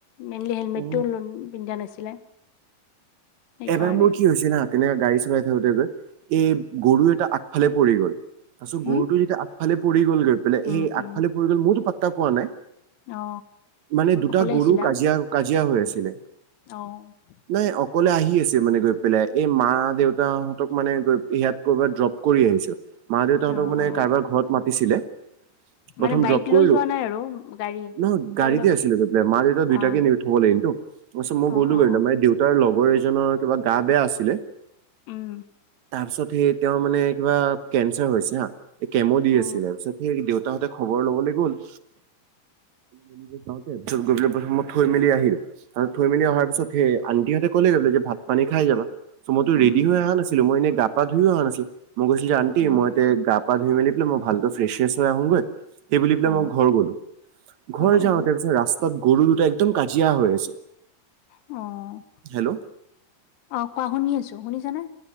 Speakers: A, on the left; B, on the right.
A: মেইনলি হেলমেটো
B: অ
A: পিন্ধা নাছিলে। সেইকাৰণে
B: এবাৰ মোৰ কি হৈছিল হা তেনেকা গাড়ী চলাই থাকোতে গৈ এই গৰু এটা আগফালে পৰি গ'ল তাৰিছত
A: হম
B: গৰুটো যেতিয়া আগফালে পৰি গ'ল গৈ পেলাই সেই
A: উম উম
B: আগফালে গ'ল মোৰতো পাত্তা পোৱা নাই
A: অ
B: মানে দুটা
A: অকলে
B: গৰু
A: আছিলা
B: কাজিয়া কাজিয়া হৈ আছিলে।
A: অ'।
B: নাই অকলে আহি আছে মানে গৈ পেলাই এই মা দেউতাহঁতক মানে গৈ ইয়াত কৰবাত ড্ৰপ কৰি আহিছে মা দেউতাহঁতক
A: অ
B: মানে
A: অ
B: কাৰবাৰ ঘৰত মাতিছিলে। প্ৰথম
A: মানে বাইক
B: ড্ৰপ কৰিলো
A: লৈ যোৱা নাই আৰু গাড়ী
B: নহয় গাড়ীতে
A: কাৰ লৈ গৈছিলা
B: আছিলোই মাৰ দেউতা দুইটাকে
A: অ
B: নি থব লাগিল তো তাছত মই
A: অ
B: গ'লো
A: অ
B: গাৰ
A: অ
B: মে দেউতাৰ লগৰ এজনৰ কিবা গা বেয়া আছিলে।
A: উম।
B: তাৰপিছত সেই তেওঁৰ মানে কিবা কেঞ্চাৰ হৈছে হা কেমো দি
A: অ
B: আছিলে তাৰ পিছত সেই দেউতা দেউতাহঁতে খবৰ লবলৈ গ'ল। তে পিছত গৈ পেলাই প্ৰথম মই থৈ মেলি আহিলো আৰু থৈ মেলিহাৰ পিছত সেই আনটিহঁতে কলে গ'লে যে ভাত পানী খাই যাবা' মইতো
A: উম
B: ৰেডি
A: উম
B: হৈ অহা নাছিলোঁ মই এনে গা-পা ধুইও অহা নাছিলোঁ। মই কৈছিলো আণ্টি
A: অ
B: মই এতে গা-পা ধুই মেলি পাই মই ভালক ফ্ৰেচ ফেচ হৈ আহোগৈ সেই বুলি পেলায়
A: অ
B: মই ঘৰ গ'লো, ঘৰ
A: অ
B: যাওঁতে
A: অ
B: পিছে ৰাস্তা তাত গৰু দুটা একদম কাজিয়া হৈ আছে।
A: অ'।
B: হেল্ল'।
A: অ', কোৱা শুনি আছোঁ শুনিছানে?